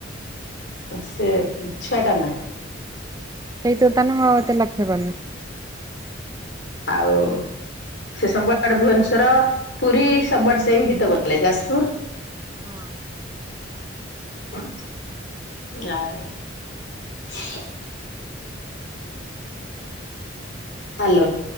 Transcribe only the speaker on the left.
ସେ ଛଅ ଟା ନା
ଆଉ ସେ ସବର ଭୁବନେଶ୍ଵର ପୁରୀ ସବରସିଂ ହିତ ଗଲେ ଯାଜପୁର
<inaudible> ଆଲୋ!